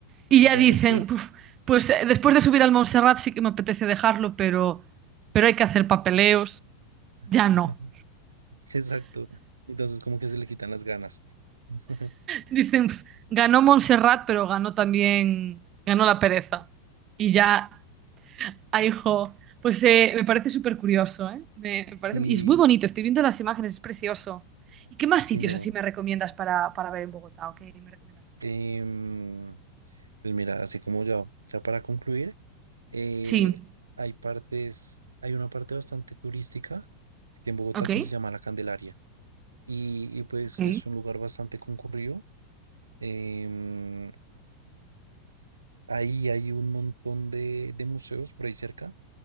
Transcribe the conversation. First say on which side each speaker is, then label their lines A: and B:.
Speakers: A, on the right (about 30°); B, on the right (about 75°).
A: Y
B: Entonces,
A: ya dicen,
B: pues...
A: "Puf, pues eh, después de subir al Montserrat sí que me apetece dejarlo, pero, pero hay que hacer papeleos.
B: <laughs>
A: Ya no.
B: Exacto. Entonces como que se le quitan las ganas. <laughs>
A: Dicen, "Pf, ganó Montserrat, pero ganó también, ganó la pereza. Y ya, ay, jo. Pues eh, me parece súper curioso, ¿eh? Me, me parece,
B: Sí,
A: y es muy bonito, estoy viendo las imágenes, es precioso. ¿Y qué más
B: sí,
A: sitios
B: no.
A: así me recomiendas para, para ver en Bogotá? ¿O qué me recomiendas hacer?
B: Em, pues mira, así como ya, ya para concluir, eh,
A: Sí,
B: hay partes, hay una parte bastante turística que en Bogotá
A: ok,
B: que se llama La Candelaria y, y pues
A: ok.
B: es un lugar bastante concurrido. Em, Ahí hay un montón de, de museos por ahí cerca.